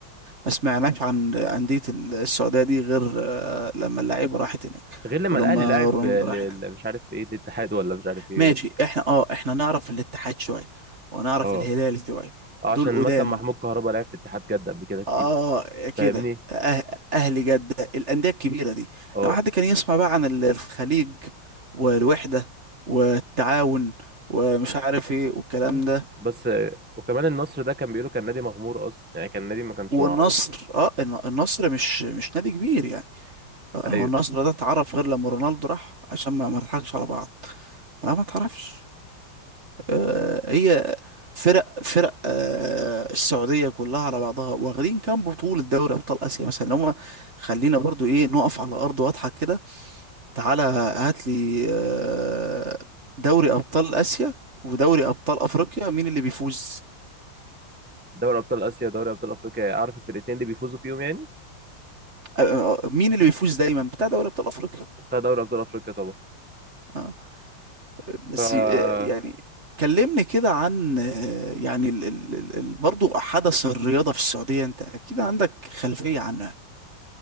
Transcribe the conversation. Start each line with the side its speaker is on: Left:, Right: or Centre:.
Right: ما سمعناش عن انديه السعوديه دي غير آه، لما اللعيبه راحت هناك
Centre: غير لما
Right: ولما
Centre: الاهلي لعب
Right: رونالدو
Centre: لل-
Right: راح هناك
Centre: مش عارف ايه الاتحاد ولا مش عارف ايه
Right: ماشي احنا اه احنا نعرف الاتحاد شوية ونعرف
Centre: اه
Right: الهلال شوية
Centre: آه،
Right: دول
Centre: عشان
Right: قدام
Centre: مثلا محمود كهربا لعب في اتحاد جده قبل كده كتير
Right: اه كده
Centre: فاهمني
Right: أه اهلي جدة الأندية الكبيرة دي
Centre: اه
Right: لو حد كان يسمع بقى عن ال- الخليج والوحدة والتعاون ومش عارف ايه والكلام
Centre: اه
Right: ده
Centre: بس آه، وكمان النصر ده كان بيقولوا كان نادي مغمور اصلا يعني كان نادي ما كانش
Right: والنصر
Centre: معروف
Right: اه الن- النصر مش مش نادي كبير يعني آه، هو
Centre: ايوه
Right: النصر ده اتعرف غير لما رونالدو راح عشان ما ما نضحكش على بعض لا ما تعرفش آه، هي فرق فرق آه السعوديه كلها على بعضها واخدين كام بطوله دوري ابطال اسيا مثلا هم خلينا برضو ايه نقف على ارض واضحه كده تعالى هات لي آه دوري ابطال اسيا ودوري ابطال افريقيا مين اللي بيفوز
Centre: دوري ابطال اسيا دوري ابطال افريقيا عارف الفرقتين اللي بيفوزوا فيهم يعني
Right: آه، آه، آه، مين اللي بيفوز دايما بتاع دوري ابطال افريقيا
Centre: بتاع دوري ابطال افريقيا طبعا
Right: آه بس
Centre: ف
Right: آه يعني كلمني كده عن آه، يعني ال ال ال ال- برضو حدث الرياضة في السعودية انت اكيد عندك خلفية عنه